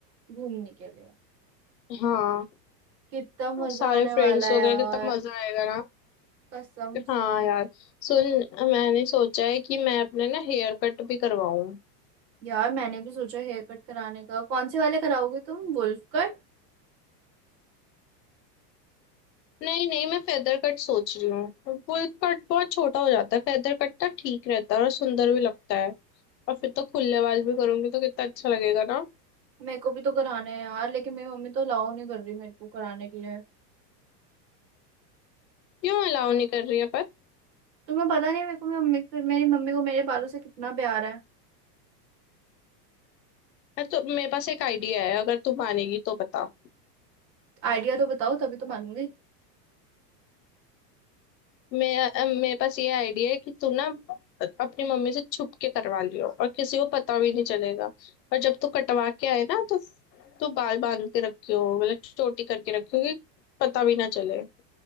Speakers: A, on the right; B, on the left.
A: घूमने के लिए
B: हाँ
A: कितना मजा
B: अब सारे
A: आने
B: फ्रेंड्स
A: वाला है
B: वगैरह
A: यार
B: कितना मजा आएगा ना
A: कसम से
B: हाँ यार सुन मैंने सोचा है कि मैं अपने ना हेयर कट भी करवाऊं
A: यार मैंने भी सोचा हेयर कट कराने का कौन से वाले कराओगे तुम वुल्फ कट
B: नहीं नहीं मैं फेदर कट सोच रही हूँ फुल कट बहुत छोटा हो जाता है फेदर कट ना ठीक रहता है और सुंदर भी लगता है और फिर तो खुले बाल भी करूंगी तो कितना अच्छा लगेगा ना
A: मेरे को भी तो कराना है यार लेकिन मेरी मम्मी तो अलाउ नहीं कर रही मेरे को कराने के लिए
B: क्यों अलाउ नहीं कर रही है पर
A: तुम्हें पता नहीं है मेरे को मेरी मम्मी मेरी मम्मी को मेरे बालों से कितना प्यार है
B: मैं तो मेरे पास एक आइडिया है अगर तू मानेगी तो बता
A: आइडिया तो बताओ तभी तो मानूंगी
B: मेरा अ, मेरे पास ये आइडिया है कि तू ना अपनी मम्मी से छुप के करवा लियो और किसी को पता भी नहीं चलेगा और जब तू कटवा के आए ना तो तू बाल बांध के रखियो मतलब चोटी करके रखियो कि पता भी ना चले